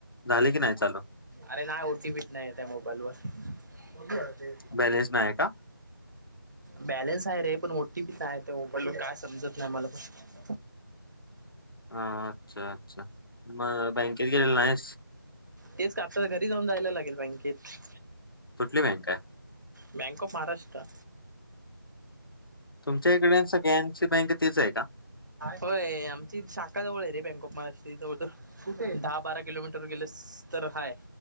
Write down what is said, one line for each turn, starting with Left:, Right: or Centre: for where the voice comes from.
Left: झाले की नाही चालू.
Right: अरे नाही ओटीपीच नाही त्या मोबाईल वर बघ ते
Left: बॅलेन्स नाही का?
Right: बॅलेन्स आहे रे पण ओटी पीच आहे ते बून काय समजत नाही मला पण
Left: हा अच्छा अच्छा मग बँकेत गेलेलं नाहीस?
Right: तेच काता तर घरी जाऊन जायला लागेल बँकेत
Left: तुठली बँक आहे.
Right: बँक ऑफ महाराष्ट्र
Left: तुमच्या इकडे सगळन सी बँक तेच आहे का?
Right: होय आमची शाखा जवळ आहे रे बँक ऑफ महाराष्ट्राची जवळ कुठे दहा बारा किलोमीटर गेलेस तर हाय.